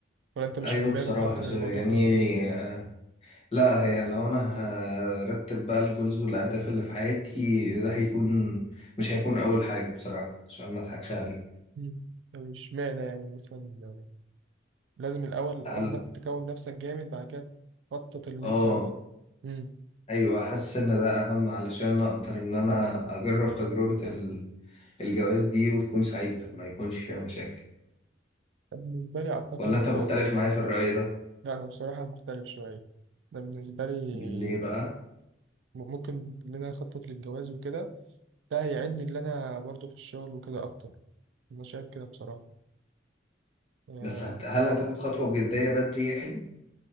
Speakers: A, on the right; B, on the left.
A: ولا أنت مش
B: أيوة
A: في دماغك
B: بصراحة
A: أصلا
B: شو-
A: الموضوع
B: يعني
A: ده كله؟
B: آه، لا هي لو أنا هرتب بقى الجولز والأهداف اللي في حياتي ده هيكون مش هيكون أول حاجة بصراحة عشان ما أضحكش عليك
A: مم. طب اشمعنى يعني مثلا آه، لازم الأول
B: هل
A: قصدك تكون نفسك جامد بعد كده تخطط اللي
B: آه
A: أنت مم.
B: أيوة حاسس إن ده أهم علشان أقدر إن أنا أجرب تجربة ال- الجواز دي وتكون سعيدة ما يكونش فيها مشاكل
A: بالنسبة لي أعتقد
B: ولا أنت مختلف
A: آه،
B: معايا في الرأي ده
A: لا أنا بصراحة مختلف شوية أنا بالنسبة لي
B: ليه بقى
A: ممكن إن أنا أخطط للجواز وكده ده هيعني اللي أنا برضو في الشغل وكده أكتر أنا شايف كده بصراحة يا-
B: بس هت- هل هتاخد خطوة بجدية بدري يعني